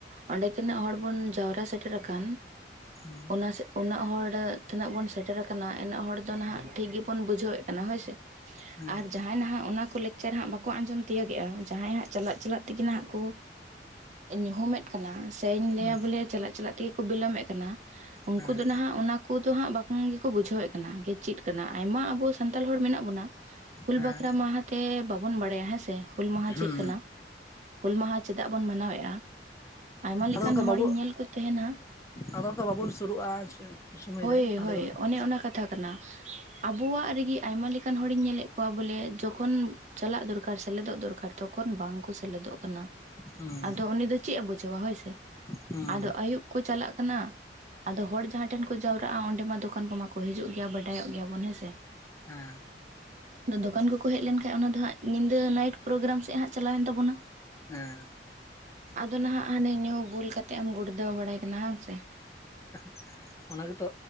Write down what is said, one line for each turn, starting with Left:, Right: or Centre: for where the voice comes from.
Right: ᱚᱸᱰᱮ ᱛᱤᱱᱟᱹᱜ ᱦᱚᱲ ᱵᱚᱱ ᱡᱟᱣᱨᱟ ᱥᱮᱴᱮᱨ ᱟᱠᱟᱱ
Left: ᱦᱩᱸ
Right: ᱚᱱᱟ ᱥᱮᱫ ᱩᱱᱟᱹᱜ ᱦᱚᱲ ᱛᱤᱱᱟᱹᱜ ᱵᱚᱱ ᱥᱮᱴᱮᱨ ᱟᱠᱟᱱᱟ ᱩᱱᱟᱹᱜ ᱦᱚᱲ ᱫᱚ ᱱᱟᱦᱜ ᱴᱷᱤᱠ ᱜᱮᱵᱚᱱ ᱵᱩᱡᱷᱟᱹᱣᱮᱫ ᱠᱟᱱᱟ, ᱦᱳᱭ ᱥᱮ ᱾
Left: ᱦᱮᱸ
Right: ᱟᱨ ᱡᱟᱦᱟᱸᱭ ᱱᱟᱦᱜ ᱚᱱᱟ ᱠᱚ ᱪᱟᱨ ᱦᱟᱸᱜ ᱵᱟᱠᱚ ᱟᱸᱡᱚᱢ ᱛᱤᱭᱟᱹᱜᱮᱜ-ᱟ ᱡᱟᱦᱟᱸᱭ ᱦᱟᱸᱜ ᱪᱟᱞᱟᱜ ᱪᱟᱞᱟᱜ ᱛᱮᱜᱮ ᱱᱟᱜ ᱠᱚ ᱧᱩᱦᱩᱢᱮᱫ ᱥᱮᱧ ᱞᱟᱹᱭᱟ
Left: ᱦᱩᱸ
Right: ᱵᱚᱞᱮ ᱪᱟᱞᱟᱜ ᱪᱟᱞᱟᱜ ᱛᱮᱜᱮ ᱠᱚ ᱵᱤᱞᱚᱢᱮᱫ ᱠᱟᱱᱟ ᱩᱱᱠᱩ
Left: ᱦᱮᱸ
Right: ᱫᱚ ᱱᱟᱦᱟᱜ ᱚᱱᱟ ᱩᱱᱠᱩ ᱫᱚ ᱦᱟᱸᱜ ᱵᱟᱝ ᱜᱮᱠᱚ ᱵᱩᱡᱷᱟᱹᱣ ᱮᱫ ᱠᱟᱱᱟ ᱜᱮ ᱪᱮᱫ ᱠᱟᱱᱟ ᱟᱭᱢᱟ ᱟᱵᱚ ᱥᱟᱱᱛᱟᱲ ᱦᱚᱲ ᱢᱮᱱᱟᱜ ᱵᱚᱱᱟ ᱦᱩᱞ
Left: ᱦᱮᱸ
Right: ᱵᱟᱠᱷᱨᱟ ᱢᱟᱦᱟ ᱛᱮ ᱵᱟᱵᱚᱱ ᱵᱟᱲᱟᱭᱟ ᱦᱮᱸ ᱥᱮ ᱦᱩᱞ ᱢᱟᱦᱟ
Left: ᱦᱩᱸ
Right: ᱪᱮᱫ ᱠᱟᱱᱟ ᱦᱩᱞ ᱢᱟᱦᱟ ᱪᱮᱫᱟᱜ ᱵᱚᱱ ᱢᱟᱱᱟᱣᱮᱫ-ᱟ ᱟᱭᱢᱟ ᱞᱮᱠᱟᱱ
Left: ᱟᱫᱚ ᱚᱱᱠᱟ
Right: ᱦᱚᱲᱤᱧ
Left: ᱵᱟᱵᱚ
Right: ᱧᱮᱞ ᱠᱩ ᱛᱮᱦᱮᱱᱟ
Left: ᱟᱫᱚ ᱚᱱᱠᱟ ᱵᱟᱵᱚᱱ ᱥᱩᱨᱩᱜᱼᱟ ᱥᱚᱢᱚᱭ
Right: ᱦᱳᱭ
Left: ᱨᱮ ᱛᱟᱦᱚᱞᱮ
Right: ᱦᱳᱭ
Left: ᱫᱚ
Right: ᱚᱱᱮ ᱚᱱᱟ ᱠᱟᱛᱷᱟ ᱠᱟᱱᱟ ᱟᱵᱚᱣᱟᱜ ᱨᱮᱜᱤ ᱟᱭᱢᱟ ᱞᱮᱠᱟᱱ ᱦᱚᱲᱤᱧ ᱧᱮᱞᱮᱫ ᱠᱚᱣᱟ ᱵᱚᱞᱮ ᱡᱚᱠᱷᱚᱱ ᱪᱟᱞᱟᱜ ᱫᱚᱨᱠᱟᱨ ᱥᱮᱞᱮᱫᱚᱜ ᱫᱚᱨᱠᱟᱨ ᱛᱚᱠᱷᱚᱱ ᱵᱟᱝ ᱠᱚ ᱥᱮᱞᱮᱫᱚᱜ ᱠᱟᱱᱟ
Left: ᱦᱩᱸ
Right: ᱟᱫᱚ ᱩᱱᱤ ᱫᱚ ᱪᱮᱫ ᱮ ᱵᱩᱡᱷᱟᱹᱣᱟ ᱦᱳᱭ ᱥᱮ
Left: ᱦᱩᱸ
Right: ᱟᱫᱚ ᱟᱹᱭᱩᱵ ᱠᱚ ᱪᱟᱞᱟᱜ ᱠᱟᱱᱟ ᱟᱫᱚ ᱦᱚᱲ ᱡᱟᱦᱟᱸ ᱴᱷᱮᱱ ᱠᱚ ᱡᱟᱣᱨᱟᱜ-ᱟ ᱚᱸᱰᱮ ᱢᱟ ᱫᱚᱠᱟᱱ ᱠᱚᱢᱟ ᱠᱚ ᱦᱤᱡᱩᱜ ᱜᱮᱭᱟ ᱵᱟᱰᱟᱭᱚᱜ ᱜᱮᱭᱟᱵᱚᱱ ᱦᱮᱸ ᱥᱮ
Left: ᱦᱮᱸ
Right: ᱟᱫᱚ ᱫᱚᱠᱟᱱ ᱠᱚᱠᱚ ᱦᱮᱡ ᱞᱮᱱᱠᱷᱟᱱ ᱚᱱᱟ ᱫᱚ ᱦᱟᱸᱜ ᱧᱤᱫᱟᱹ ᱱᱟᱭᱤᱴ ᱯᱨᱳᱜᱨᱟᱢ ᱥᱮᱫ ᱦᱟᱸᱜ ᱪᱟᱞᱟᱣᱮᱱ ᱛᱟᱵᱚᱱᱟ ᱾
Left: ᱦᱮᱸ ᱾
Right: ᱟᱫᱚ ᱱᱟᱦᱜ ᱦᱟᱱᱮ ᱧᱩ ᱵᱩᱞ ᱠᱟᱛᱮ ᱮᱢ ᱜᱩᱲᱫᱟᱹᱣ ᱵᱟᱲᱟᱭ ᱠᱟᱱᱟ, ᱵᱟᱝ ᱥᱮ
Left: <inaudible> ᱚᱱᱟ ᱜᱮᱛᱚ